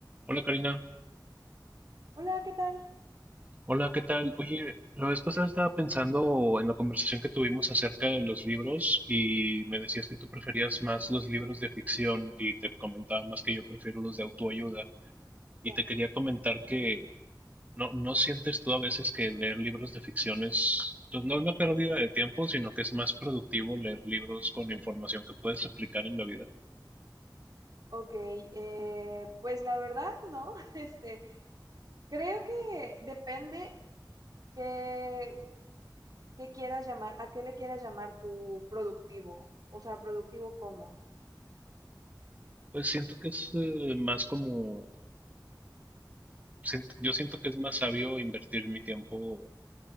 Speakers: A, on the right (about 20°); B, on the right (about 55°).
A: Hola Karina,
B: Hola, ¿qué tal?
A: hola, ¿qué tal? Oye, la vez pasada estaba pensando en la conversación que tuvimos acerca de los libros y me decías que tú preferías más los libros de ficción y te comentaba más que yo prefiero los de autoayuda y
B: Ya.
A: te quería comentar que no, no sientes tú a veces que leer libros de ficción es, pues no es una pérdida de tiempo, sino que es más productivo leer libros con información que puedes aplicar en la vida.
B: Ok, eh, pues la verdad, ¿no? <laughs> Este, creo que depende qué, qué quieras llamar, a qué le quieras llamar tu productivo. O sea, productivo cómo.
A: Pues siento que es eh, más como, siento- yo siento que es más sabio invertir mi tiempo